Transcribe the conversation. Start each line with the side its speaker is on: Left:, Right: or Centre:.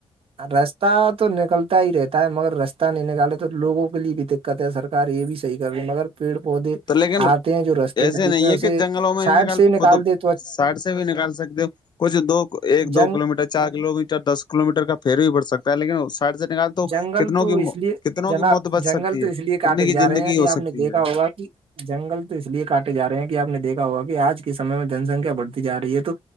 Right: راستہ تو نکلتا ہی رہتا ہے مگر رستہ نہیں نکالے تو لوگوں کے لیے بھی د کہتا سکار یہ بھی صحیح کر رہی مگر پیڑ پودے
Left: تو لیکن
Right: آتے ہیں جو رستے
Left: ایسے
Right: کے بیچ
Left: نہیں
Right: میں اسے
Left: ہے کہ جنگلوں میں
Right: سائڈ
Left: نہیں
Right: سے ہی نکال
Left: خود
Right: دیتے
Left: سائڈ سے بھی نکال سکتے ہو کچھ دو ایک دو
Right: جنگ
Left: کلو میٹر چار کلو میٹر دس کلو میٹر کا پیر ہی بڑ سکتا ہے لیکن سائڈ سے نکال تو
Right: جنگل
Left: کتنوں
Right: تو
Left: کی
Right: اس لیے
Left: کتنوں
Right: جناب
Left: کی موت بچ
Right: جنگل
Left: سکتی
Right: تو
Left: ہے
Right: اس لیے کاٹے
Left: کتنے کی
Right: جا
Left: زندگی
Right: رہے ہیں کہ
Left: ہو
Right: آپ
Left: سکتی
Right: نے دیکھا
Left: ہے
Right: ہوگا کہ جنگل تو اس لیے کاٹے جا رہے ہیں کہ آپ نے دیکھا ہوگا کہ آج کے سمے میں جن سنکھیا بڑھتی جا رہی ہے تو